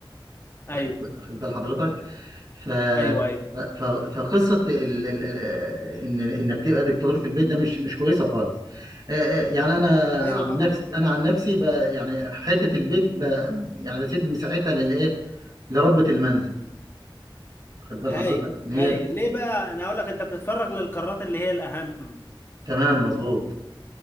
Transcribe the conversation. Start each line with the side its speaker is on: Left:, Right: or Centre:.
Right: واخد
Left: ايوه
Right: واخد بال حضرتك ف
Left: ايوه ايوه
Right: ف- ف- فقصه ال... ال... ال- ان انك تبقى ديكتاتور في البيت ده مش مش كويسه خالص آه، آه، يعني انا
Left: ايوه
Right: عن
Left: طبعا
Right: نفسي
Left: مش بعيد
Right: انا عن نفسي ب... يعني حته البيت ب... يعني بسيب مساحتها للايه لربة المنزل واخد بال
Left: هايل
Right: حضرتك ان هي
Left: هايل ليه بقى انا اقول لك انت بتتفرغ للقرارات اللي هي الاهم
Right: تمام مظبوط